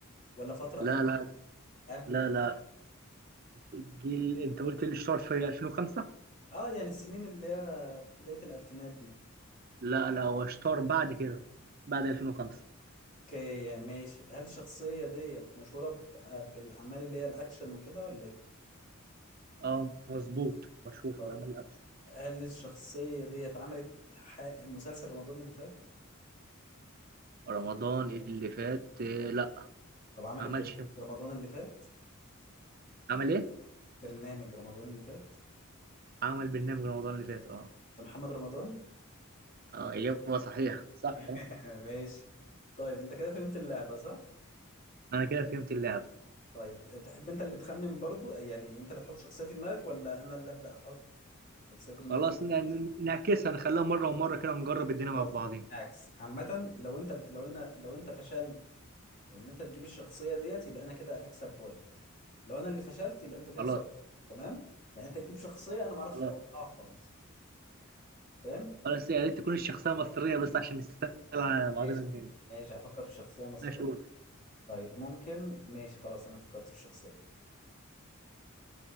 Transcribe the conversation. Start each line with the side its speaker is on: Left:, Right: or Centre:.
Left: ولا فترة
Right: لا
Left: قبل
Right: لا
Left: قبل
Right: لا
Left: من
Right: لا
Left: كده
Right: الجيل انت قلت اللي اشتهر في 2005
Left: اه يعني السنين اللي هي بداية الالفينات دي
Right: لا لا هو اشتهر بعد كده بعد 2005
Left: اوكي ماشي هل الشخصية ديت مشهورة ب- آه، بالاعمال اللي هي الاكشن وكده ولا ايه
Right: اه مظبوط مشهور في
Left: طيب
Right: الأعمال الأكشن
Left: هل الشخصية ديت عملت ح... مسلسل رمضان اللي فات؟
Right: رمضان اللي فات آه، لا
Left: طب عملت
Right: ما عملش
Left: برنامج رمضان اللي فات؟
Right: عمل ايه؟
Left: برنامج رمضان اللي فات؟
Right: عمل برنامج رمضان اللي فات اه
Left: ده محمد رمضان؟
Right: اه إجابة صحيحة صح
Left: <laughs>
Right: كلام
Left: ماشي طيب انت كده فهمت اللعبة صح؟
Right: أنا كده فهمت اللعبة
Left: طيب تحب انت اللي تخمن برضو يعني انت اللي تحط شخصية في دماغك ولا انا اللي ابدأ احط شخصية في
Right: خلاص
Left: دماغي؟
Right: ن- ن- نعكسها نخليها مرة ومرة كده نجرب الدنيا مع
Left: خلاص.
Right: بعضين
Left: عكس عامة لو انت لو انا لو انت فشلت ان انت تجيب الشخصية ديت يبقى انا كده اكسب بوينت لو انا اللي فشلت يبقى انت تكسب
Right: خلاص
Left: تمام؟ يعني انت تجيب شخصية انا ما اعرفش
Right: خلاص
Left: اتوقعها خالص فاهم
Right: بس يا ريت تكون الشخصية مصرية بس عشان نستغل على
Left: ماشي
Right: بعضنا تاني
Left: ماشي افكر في شخصية مصرية
Right: ماشي قول
Left: طيب ممكن ماشي خلاص انا فكرت في شخصية